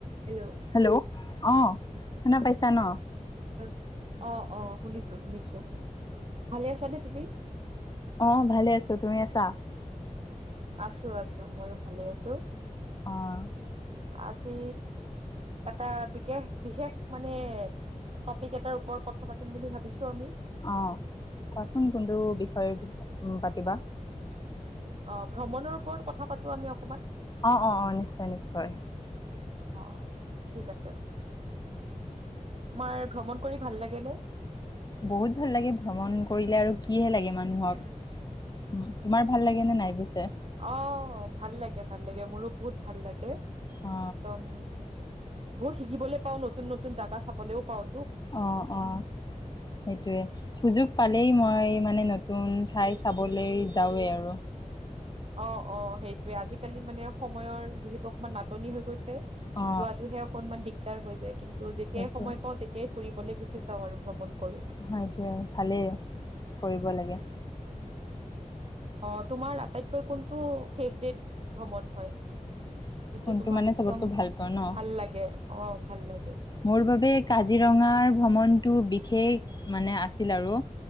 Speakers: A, on the right; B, on the left.
A: হেলৌ!
B: হেলৌ অঁ! শুনা পাইছা ন।
A: ভাল অঁ অঁ শুনিছোঁ শুনিছোঁ। ভালে আছানে তুমি?
B: অঁ ভালে আছো তুমি আছা?
A: আছোঁ আছোঁ মইও ভালে আছোঁ।
B: অঁ!
A: আজি এটা বিশেষ বিশেষ মানে- টপিক এটাৰ ওপৰত কথা পাতিম বুলি ভাবিছোঁ আমি।
B: অঁ কোৱাচোন কোনটো বিষয়ত পাতিবা।
A: অঁ ভ্ৰমণৰ ওপৰত কথা পাতো আমি অকমান-
B: অঁ অঁ অঁ, নিশ্চয়, নিশ্চয়।
A: অঁ, ঠিক আছে। তোমাৰ ভ্ৰমণ কৰি ভাল লাগে নে?
B: বহুত ভাল লাগে ভ্ৰমণ কৰিলে আৰু কি হে লাগে মানুহক? উম, তোমাৰ ভাল লাগে নে নাই পিছে?
A: অ‌ঁ' ভাল লাগে, ভাল লাগে মোৰো বহুত ভাল লাগে,
B: অ
A: একদম- বহুত শিকিবলৈ পাওঁ, নতুন-নতুন জাগা চাবলেও পাওঁ।
B: অঁ অঁ। সেইটোৱে, সুযোগ পালেই মই মানে নতুন ঠাই চাবলেই যাওঁৱে আৰু।
A: অঁ অঁ সেইটোৱে আজিকালি মানে সময়ৰ যিহেতু অকমান নাটনি হৈ গৈছে।
B: অ
A: যোৱাটোহে অকনমান দিগদাৰ হৈ যায়। কিন্তু, যেতিয়াই
B: সেইটোৱে
A: সময় পাওঁ তেত- তিয়াই ফুৰিবলে গুচি যাওঁ আৰু ভ্ৰমণ কৰোঁ।
B: হয়, এইটোৱে ভালেই কৰিব লাগে।
A: অঁ তোমাৰ আটাইতকৈ কোনটো ফেভৰেট ভ্ৰমণ হয়? যোনটো
B: কোনটো
A: তোমাৰ
B: মানে
A: একদম
B: চবতকৈ ভাল পাওঁ ন
A: ভাল লাগে, অ' ভাল লাগে?
B: মোৰ বাবে কাজিৰঙাৰ ভ্ৰমণটো বিশেষ মানে আছিল আৰু।